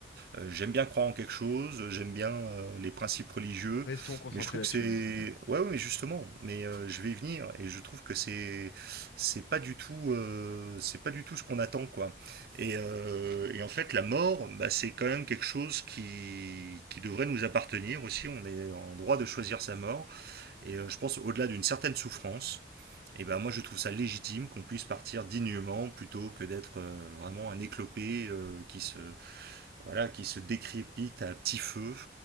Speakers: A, on the right; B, on the left.
A: euh, j'aime bien croire en quelque chose, j'aime bien euh, les principes religieux,
B: Restons concentrés
A: mais je trouve
B: là-dessus,
A: que c'est,
B: oui, tout à fait.
A: ouais, ouais, mais justement, mais euh, je vais y venir et je trouve que c'est, c'est pas du tout, euh, c'est pas du tout ce qu'on attend quoi. Et, euh, et en fait, la mort, bah, c'est quand même quelque chose qui, qui devrait nous appartenir aussi. On est en droit de choisir sa mort. Et euh, je pense au-delà d'une certaine souffrance, et ben moi je trouve ça légitime qu'on puisse partir dignement plutôt que d'être euh, vraiment un éclopé euh, qui se voilà qui se décrépite à petit feu.